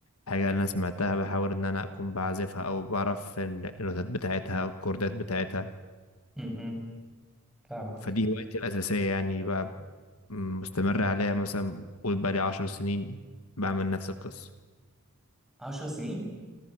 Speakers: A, on the left (about 70°); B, in the centre.
A: حاجه انا سمعتها بحاول ان انا اكون بعزفها او بعرف النوتات بتاعتها او الكوردات بتاعتها
B: امم فاهمك
A: فدي هوايتي الاساسيه يعني بقى م- مستمر عليها مثلا قول بقالي عشر سنين بعمل نفس القصة
B: عشر سنين